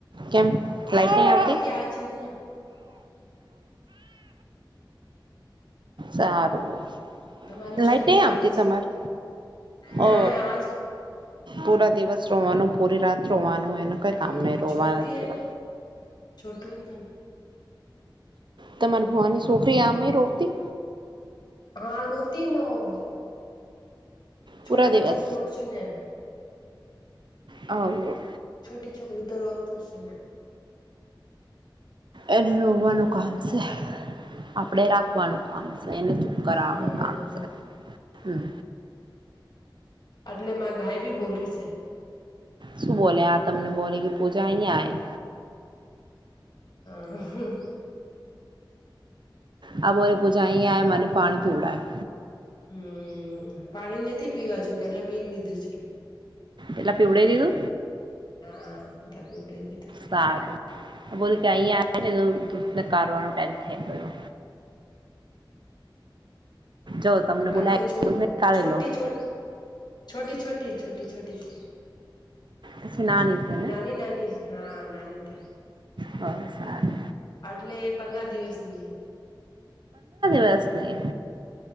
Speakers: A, on the right; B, on the left.
A: કેમ લાઈટ
B: લાઈટનરથી
A: નહી આવતી
B: આજ ના
A: સારું
B: તમારી છોકરી
A: લાઈટ નહી,
B: રોઈ
A: આવતી
B: ગઈ છે
A: તમાર
B: ના
A: ઓ
B: આજ
A: પૂરા દિવસ રોવાનુ પૂરી, રાત રોવાનું એનું કઈ
B: અ
A: કામ નહી, રોવા
B: છોટી
A: નથી.
B: હે ને છોટું હે ને.
A: તમારે ભવાની છોકરી આમ, રોપતી
B: હા, રોતી ન હોગ. છોટા
A: પૂરા
B: બચ્ચા,
A: દિવસ
B: તો રોવ છ, ને
A: હે
B: છોટી છોકરી તો રહતું છે, ને
A: એને રોવાનું કામ છે. આપણેે રાખવાનું કામ છે, એને ચુપ કરવાનું
B: હમ
A: કામ છે. હમ
B: એટલે મા ગાય બી બોલરી છે.
A: સુુ બોલે, આતમને બોલે કે પૂજાહી આય
B: આ હમ્મ.
A: આ બો પૂજા આય મને પાણી, પીડાાય
B: હમ પાણી નથી પીવા છુ પેલા પી લીધું છે
A: એટપ એવડ એ લુ
B: હાટાી ઉડે.
A: સારું બોલ કે અહી નનેકારવાનું ટાઈમ થઈ ગયો. જો તમને બોલાય
B: એટલે છો
A: દૂધને કાઢી
B: છોટી
A: લો
B: છો. છોટી, છોટી, છોટી છોટી સ
A: પછી નાની છે
B: નાની, નાની હા, નાની થાય.
A: હ, સારુ
B: આટલે એ પદર દિવસની, એ
A: સુસ્ક્રીન